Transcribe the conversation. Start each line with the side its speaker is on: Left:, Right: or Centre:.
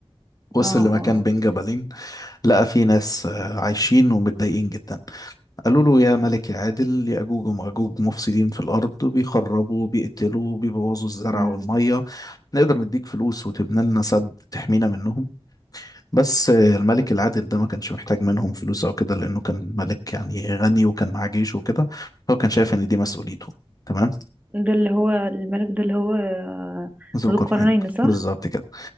Left: وصل
Right: اه
Left: لمكان
Right: اه
Left: بين جبلين لقى فيه ناس آه، عايشين ومتضايقين جدا قالوا له يا ملك يا عادل يأجوج ومأجوج مفسدين في الأرض بيخربوا بيقتلوا بيبوظوا الزرع
Right: امم
Left: والمية نقدر نديك فلوس وتبني لنا سد تحمينا منهم بس الملك العادل ده ما كانش محتاج منهم فلوس او كده لانه كان ملك يعني غني وكان معاه جيش وكده هو كان شايف ان دي مسؤوليته تمام
Right: ده اللي هو الملك ده اللي هو آه،
Left: ذو
Right: ذو
Left: القرنين
Right: القرنين صح
Left: بالظبط كده